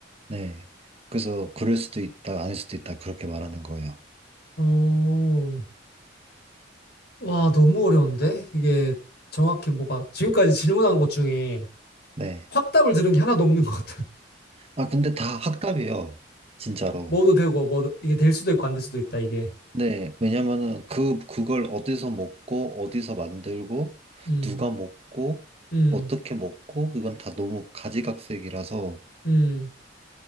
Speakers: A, on the right; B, on the left.
A: 네. 그래서 그럴 수도 있다, 아닐 수도 있다, 그렇게 말하는 거예요.
B: 어, 와, 너무 어려운데? 이게 정확히 뭐가 지금까지 질문한 것 중에
A: 네.
B: 확답을 들은 게 하나도 없는 것 같아요.
A: 아, 근데 다 학답이에요. 진짜로.
B: <laughs> 뭐도 되고, 뭐도 이게 될 수도 있고 안 될 수도 있다, 이게.
A: 네. 왜냐면은 그, 그걸 어디서 먹고, 어디서 만들고,
B: 음.
A: 누가 먹고,
B: 음.
A: 어떻게 먹고, 이건 다 너무 가지각색이라서
B: 음,